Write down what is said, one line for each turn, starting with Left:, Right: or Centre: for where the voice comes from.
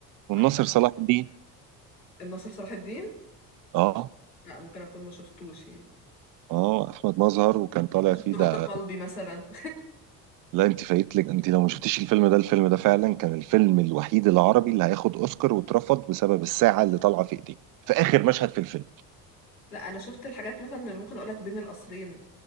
Right: والناصر
Left: عارفه
Right: صلاح الدين
Left: الناصر صلاح الدين
Right: اه
Left: لا ممكن اكون ما شفتوش يعني
Right: اه احمد مظهر وكان طالع
Left: انا شفت
Right: فيه
Left: رد
Right: ده
Left: قلبي مثلا <laughs>
Right: لا انت فايتلك انت لو ما شفتيش الفيلم ده الفيلم ده فعلا كان الفيلم الوحيد العربي اللي هياخد اوسكار واترفض بسبب الساعة اللي طالعة في ايديه في اخر مشهد في الفيلم
Left: لا انا شفت الحاجات مثلا اللي ممكن اقولك بين القصرين